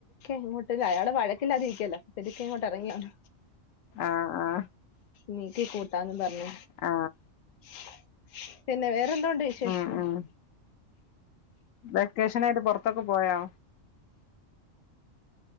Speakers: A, on the left; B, on the left.
A: എങ്ങോട്ട് അയാൾ വഴക്കില്ലാതിരിക്കെല്ല പതുക്കെ ഇങ്ങോട്ട് ഇറങ്ങിയാണ്
B: ആ ആ
A: നീക്കി കൂട്ടാന്ന് പറഞ്
B: ആ
A: <unintelligible> പിന്നെ വേറെന്തോണ്ട് വിശേഷം
B: ഉം ഉം വെക്കേഷൻ ആയിട്ട് പുറത്തൊക്കെ പോയൊ